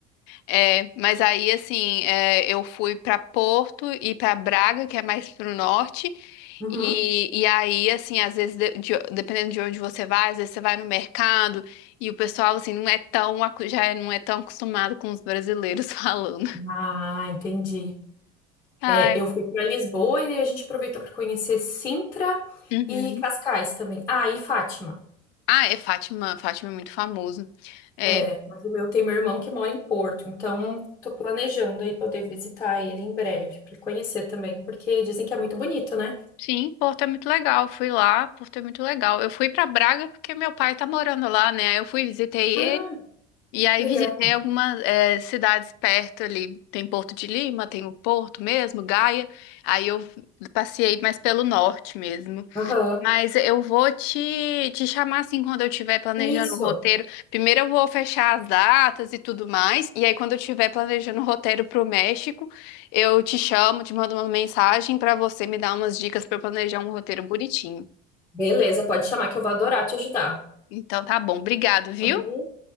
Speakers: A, on the left; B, on the left.
A: É, mas aí assim, é, eu fui pra Porto e pra Braga, que é mais pro norte.
B: Uhum.
A: E, e aí, assim, às vezes, de- de- dependendo de onde você vai, às vezes você vai no mercado e o pessoal, assim, não é tão, acu- já é, não é tão acostumado com os brasileiros <laughs> falando.
B: Ah, entendi.
A: Ai,
B: É, eu fui para Lisboa e a gente aproveitou para conhecer Sintra
A: Uhum.
B: e Cascais também. Ah, e Fátima.
A: Ah, é Fátima. Fátima é muito famoso. É,
B: É, mas o meu tem meu irmão que mora em Porto, então tô planejando aí poder visitar ele em breve para conhecer também, porque dizem que é muito bonito, né?
A: sim, Porto é muito legal. Fui lá, Porto é muito legal. Eu fui pra Braga porque meu pai tá morando lá, né? Aí Eu fui, visitei
B: Ah,
A: E aí
B: que legal.
A: visitei algumas eh, cidades perto ali. Tem Porto de Lima, tem o Porto mesmo, Gaia. Aí eu passei mais pelo norte mesmo.
B: Aham.
A: Mas eu vou te, te chamar assim quando eu estiver planejando
B: Isso.
A: o roteiro. Primeiro eu vou fechar as datas e tudo mais. E aí quando eu estiver planejando o roteiro pro México, eu te chamo, te mando uma mensagem para você me dar umas dicas para planejar um roteiro bonitinho.
B: Beleza, pode chamar que eu vou adorar te ajudar.
A: Então tá bom, obrigado, viu?
B: Tá bom?